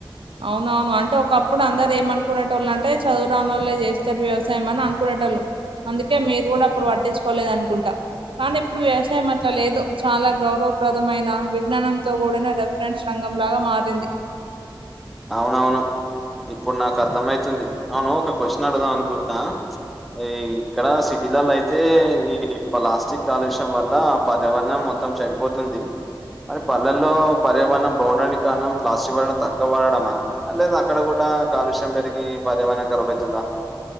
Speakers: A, on the right; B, in the centre.
A: అవున అవును అంటే ఒకప్పుడు అందరు ఏమ అనుకునే వాళ్ళు అంటే చదువు రాని వాళ్ళలే చేస్తారు వ్యవసాయం అని అనుకునే అందుకే మీరు కూడా అప్పుడు పట్టించుకోలేదనుకుంటా కానీ ఇప్పుడు వ్యవసాయం అట్లా లేదు చాలా గౌరవప్రదమైన విజ్ఞానంతో కూడిన రెఫరెన్స్ రంగ రంగంలాగా మారింది
B: అవునవును ఇప్పుడు నాకు అర్థం అయితుంది అవును ఒక క్వశ్చన్ అడుగుదాం అనుకుంటున్నా ఈ ఇక్కడ పిల్లలయితే ఈ ప్లాస్టిక్ కాలుష్యం వల్ల పర్యావరణం మొత్తం చెడిపోతుంది మరి పల్లెలో పర్యావరణం బాగుండడానికి కారణం ప్లాస్టిక్ వాడడం తగ్ వాడడామా అ లేదక్కడ కూడా కాలుష్యం పెరిగి పర్యావరణం కర్బతుందా